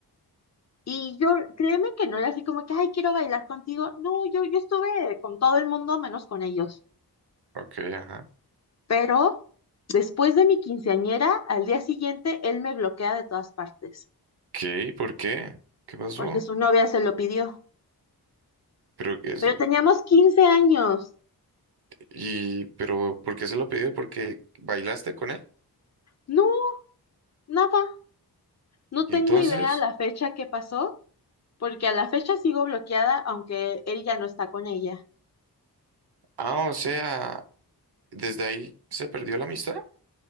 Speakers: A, on the left; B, on the right.
A: Y yo, créeme que no era así como que, ay, quiero bailar contigo. No, yo, yo estuve con todo el mundo menos con ellos.
B: ok, ajá.
A: pero después de mi quinceañera, al día siguiente, él me bloquea de todas partes,
B: ¿Qué? ¿Por qué? ¿Qué pasó?
A: porque su novia se lo pidió.
B: Pero que es
A: Pero teníamos 15 años.
B: y pero ¿por qué se lo pidió? Porque bailaste con él.
A: No, nada. No
B: Y
A: tengo
B: entonces,
A: idea la fecha que pasó, porque a la fecha sigo bloqueada, aunque él ya no está con ella.
B: ah, o sea, desde ahí se perdió la amistad.